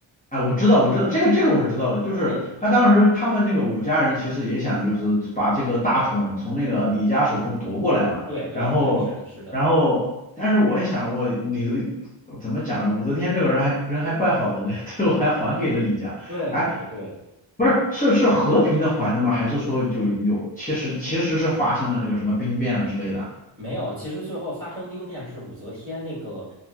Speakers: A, on the left; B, on the right.
A: 哎，我知道，我知道，这个这个我是知道的，就是他当时他们那个武家人其实也想就是把这个大统从那个李家手中夺过来嘛，
B: 嗯，对对对，
A: 然后然后，
B: 是的，是的，
A: 但是我也想我李怎么讲呢？武则天这个人还人还怪好的嘞，<laughs> 最后还还给了李家。
B: 对对对。
A: 哎，不是，是是和平的还的吗？还是说就有其实其实是发生了这个什么兵变啊之类的啊？
B: 没有，其实最后发生兵变是武则天那个